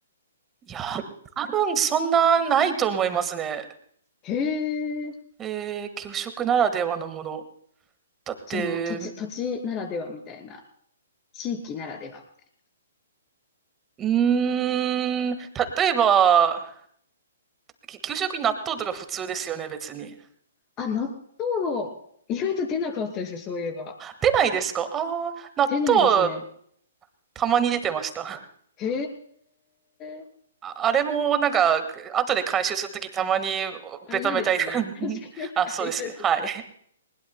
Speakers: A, on the right; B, on the left.
A: いや、多分そんなないと思いますね。
B: へえ、
A: えー、給食ならではのもの。だって、
B: その土地、
A: う
B: 土地ならではみたいな、地域ならではみたい
A: ーん、例えば、き給食に納豆とか普通ですよね、別に。
B: な。あ、納豆、意外と出なかったですね、そういえば。
A: 出ないですかああー、納豆
B: 出ないですね。
A: たまに出てました。
B: へえ、
A: ああれもなんか、後で回収するときたまにベタベタに
B: あれ嫌ですね。
A: <laughs>
B: 確かに、
A: あ、
B: あれ嫌ですね。
A: そうですね。はい。